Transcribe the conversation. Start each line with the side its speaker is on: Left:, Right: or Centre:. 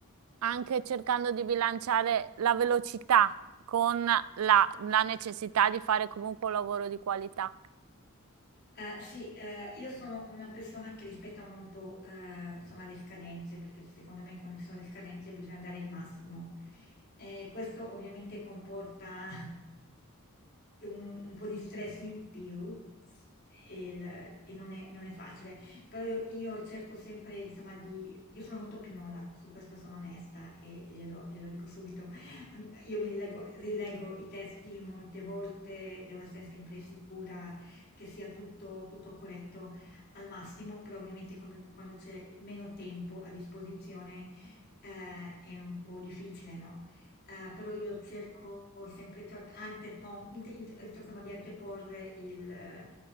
Right: anche cercando di bilanciare la velocità con la, la necessità di fare comunque un lavoro di qualità.
Left: Eh, sì, eh, io sono una persona che rispetta molto, eh, insomma, le scadenze, perché secondo me quando ci sono le scadenze bisogna dare il massimo. Eh, questo ovviamente comporta un, un po' di stress in più e, il- e non è, non è facile, però io, io cerco sempre, insomma, di... Io sono molto pignola, su questo sono onesta e glielo, glielo dico subito. Mm, Io mi rileggo, rileggo i testi molte volte, devo essere sempre sicura che sia tutto, tutto corretto al massimo, però ovviamente quando, quando c'è meno tempo a disposizione eh, è un po' difficile, no? Eh, però io cerco sempre tra- antepo- int- int- eh, insomma, di anteporre il, eh,